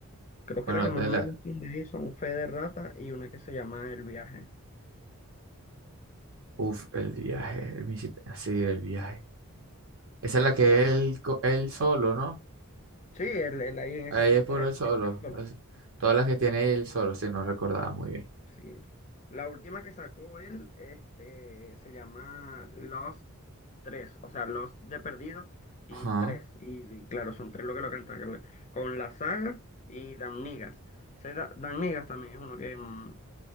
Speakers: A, on the left; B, on the right.
A: Creo
B: Bueno,
A: que la que más
B: de
A: me
B: la,
A: gusta de ahí son Fe de Rata y una que se llama El Viaje.
B: Uf, el viaje, el Mississippi, sí, el viaje. Esa es la
A: Sí,
B: que él, co- él solo, ¿no?
A: sí, él, él ahí en
B: Ahí
A: esas cantas,
B: es puro
A: él
B: él solo.
A: canta solo.
B: es- todas las que tiene él solo, sí, no recordaba muy bien.
A: Sí. La última que sacó él, este, se llama Lost tres o sea, Lost de perdido y
B: Ajá.
A: tres Y, y claro, son tres lo que lo cantan que le- con la saga y Dan Niggas. Se da- Dan Niggas también es uno que, mm,